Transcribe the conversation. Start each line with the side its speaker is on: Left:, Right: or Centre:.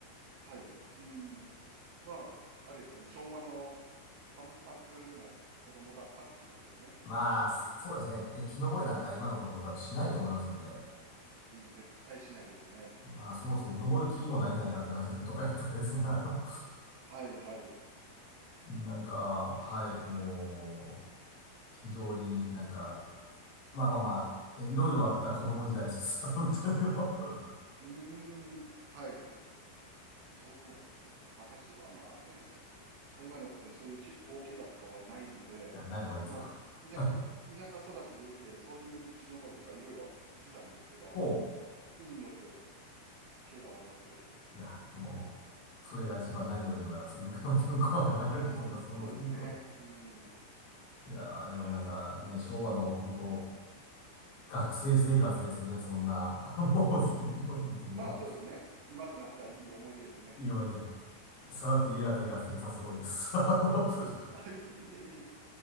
Right: はい、うん、まあ、あれですよね、昭和のわんぱくな子供だったっていうことですよね。
Left: まあ、そうですね。で、木登りなんか今の子供多分しないと思いますんで、
Right: うん、絶対しないですね。
Left: まあ、そもそも登る気もないんじゃないかっていう話ですけど、
Right: うん、
Left: とかやったらですね、<laughs> あの、
Right: はいはい。
Left: なんか、
Right: うん、
Left: はい、も
Right: あー
Left: う、非常になんか、まあまあまあ、いろいろあった子供時代です。<laughs> 本当にもう。
Right: うーん、はいはい。そうなんですね。私はまあね、そ、幸いなことにそういうけ大怪我とかはないので、
Left: いや、ない方がいいですよ。
Right: まあ、田舎、
Left: <laughs>
Right: い田舎育ちで、で、そういう木登りとかいろいろしてたんですけど、
Left: ほ
Right: 運よく怪我はなく、
Left: う。いや、もう、
Right: うん。
Left: それが一番何よりでございます。<laughs> 健康が何よりだと思います。
Right: まあ、そう、
Left: 本当にもう。
Right: そうですね。うん。
Left: いやー、
Right: はい。
Left: でもなんかね、昭和の本当、学生生活ですよね、そんな。<laughs> もう全量なんていうのは。
Right: まあ、そうですね。今となってはいい思い出ですね。
Left: いいいで、さらっと言えるあたりが、武井さんすごいです。<laughs>
Right: あ、いえいえいえいえ。